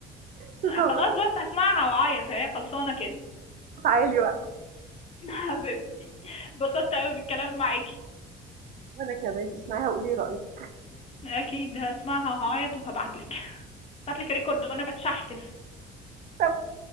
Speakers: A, on the right; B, on the left.
A: صوت
B: خلاص بس هسمعها وأعيط هي خلصانة كده
A: عالي بقى،
B: <laughs> حبيبتي اتبسطت أوي بالكلام معاكي
A: وأنا كمان، اسمعيها وقولي رأيِك.
B: أكيد هسمعها وهعيط وهبعتلك هبعتلك ريكورد وأنا بتشحتف
A: طب